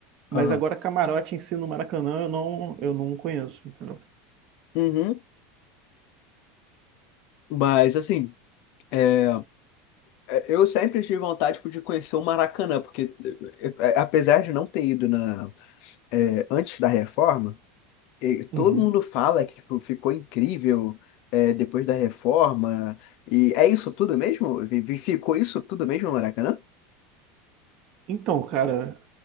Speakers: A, on the right; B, on the left.
A: Mas
B: Aham.
A: agora camarote em si no Maracanã eu não, eu não conheço, entendeu?
B: Uhum. Mas assim, é, eu sempre tive vontade, tipo, de conhecer o Maracanã, porque é, apesar de não ter ido na, é, antes da reforma, e todo
A: Uhum.
B: mundo fala que tipo, ficou incrível é, depois da reforma. E é isso tudo mesmo? Vi- vi- Ficou isso tudo mesmo no Maracanã?
A: Então, cara,